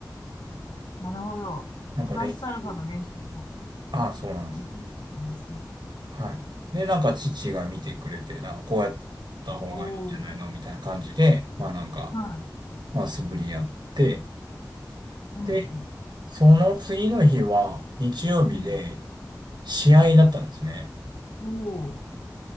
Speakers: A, on the left (about 80°); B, on the right (about 80°).
A: なるほど。
B: なんか練習。
A: プラスアルファの練習も、
B: ああ、そうなんです。
A: いいなんですね。
B: はい。で、なんか父が見てくれて、なんかこうやった方がいいんじゃないのみたいな感じで、
A: おお。
B: まあなんか、
A: はい。
B: まあ素振りやって、
A: うん。
B: で、その次の日は日曜日で
A: うん。
B: 試合だったんですね。
A: おー。